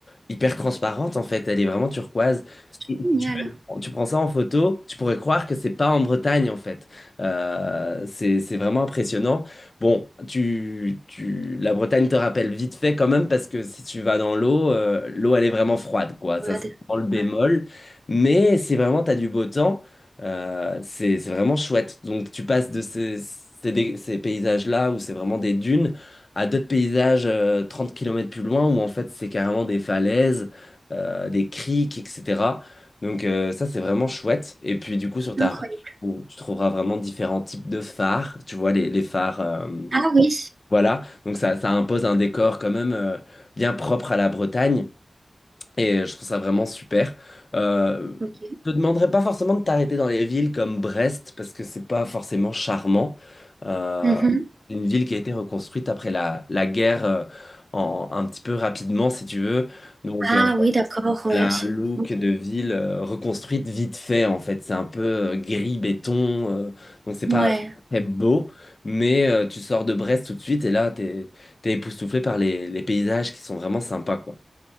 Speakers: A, on the left; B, on the right.
A: hyper transparente en fait. Elle est vraiment turquoise. Si
B: génial.
A: tu veux, tu prends ça en photo, tu pourrais croire que c'est pas en Bretagne en fait. Euh, c'est, c'est vraiment impressionnant. Bon, tu, tu, la Bretagne te rappelle vite fait quand même parce que si tu vas dans l'eau, euh, l'eau elle est vraiment froide quoi. Ça
B: Regarde.
A: c'est vraiment le bémol.
B: Ouais,
A: Mais c'est vraiment, tu as du beau temps. Euh, c'est c'est vraiment chouette. Donc tu passes de ces, ces, dé- ces paysages-là où c'est vraiment des dunes à d'autres paysages euh, 30 km plus loin où en fait c'est carrément des falaises, euh, des criques, etc. Donc euh, ça c'est vraiment chouette. Et puis du coup sur ta
B: Incroyable.
A: route, tu tu trouveras vraiment différents types de phares. Tu vois les, les phares, euh,
B: Ah oui,
A: voilà. Donc ça, ça impose un décor quand même euh, bien propre à la Bretagne. Et euh, je trouve ça vraiment super. Euh,
B: ok.
A: je te demanderais pas forcément de t'arrêter dans les villes comme Brest, parce que c'est pas forcément charmant. Euh,
B: Mhm.
A: c'est une ville qui a été reconstruite après la, la guerre euh, en, un petit peu rapidement, si tu veux. Donc,
B: Ah
A: euh,
B: oui, d'accord, ouais.
A: elle a un look
B: Ok.
A: de ville euh, reconstruite vite fait, en fait. C'est un peu euh, gris, béton. euh, donc, c'est pas
B: Ouais.
A: très beau. Mais euh, tu sors de Brest tout de suite et là, t'es, t'es époustouflé par les, les paysages qui sont vraiment sympas, quoi.